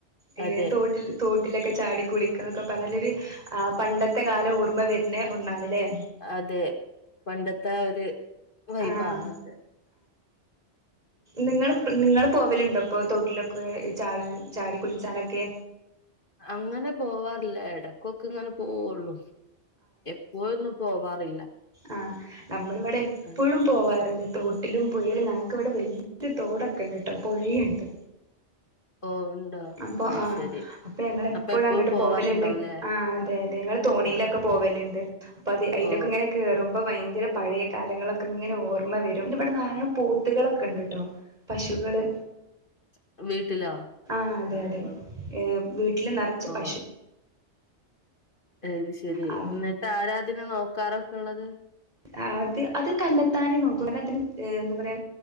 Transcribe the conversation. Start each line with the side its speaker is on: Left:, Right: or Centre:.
Right: ഏ
Left: അതെ
Right: തോട്ടിൽ തോട്ടിലൊക്കെ ചാടി കുളിക്കാന്നൊക്കെ പറഞ്ഞാലോരു ആ പണ്ടത്തെ കാലം ഓർമ്മ വരുന്ന ഒന്നാണല്ലേ
Left: അതെ പണ്ടത്തെ ഒരു വൈബാണത്
Right: ആഹ് നിങ്ങള് നിങ്ങ പോവലുണ്ടോ ഇപ്പൊ തോട്ടിലൊക്കെ ചാടാൻ ചാടി കുളിച്ചാനൊക്കെ
Left: അങ്ങനെ പോവാറില്ല ഇടക്കൊക്കെ ഇങ്ങനെ പോവുള്ളു എപ്പോഴൊന്നും പോവാറില്ല
Right: ആ നമ്മളിവിടെ എപ്പഴും
Left: ആഹ്
Right: പോവാറുണ്ട് തോട്ടിലും പുയയിലും ഞങ്ങക്ക് ഇവിടെ വല്യ തോടൊക്കെണ്ട് ട്ട പുഴയുണ്ട്
Left: ഓ ഉണ്ടോ
Right: അപ്പൊ
Left: അത്
Right: ആ
Left: ശെരി
Right: അപ്പൊ ഞങ്ങ എപ്പോഴും
Left: അപ്പൊ എപ്പഴും
Right: അങ്ങോട്ട്
Left: പോവാറുണ്ടാവുംല്ലേ
Right: പോവലുണ്ട് ആ അതെ അതെ ങ്ങള്
Left: ആഹ് ആഹ്
Right: <inaudible> പോവലുണ്ട് അപ്പൊ അത് അയിലൊക്കെ
Left: ഓ
Right: ഇങ്ങനെ കേറുമ്പോ ഭയങ് പഴയ കാലങ്ങളൊക്കെങ്ങനെ ഓർമ്മ വരും പിന്നെ ഇവിടെ ധാരാളം പോത്തുകളൊക്കെ ഇണ്ട്ട്ട പശുകള്
Left: ച്ച് വീട്ടിലാ
Right: ആ അതെ അതെ വീട്ടില് നിറച്ച്
Left: ഓ
Right: പശു
Left: അത് ശെരി
Right: ആ
Left: എന്നിട്ട് ആരാതിനെ നോക്കാറൊക്കെ ഇള്ളത്
Right: ആത് അ തന്നെത്താനേ നോക്കും ന്നതിന് എന്താ പറയാ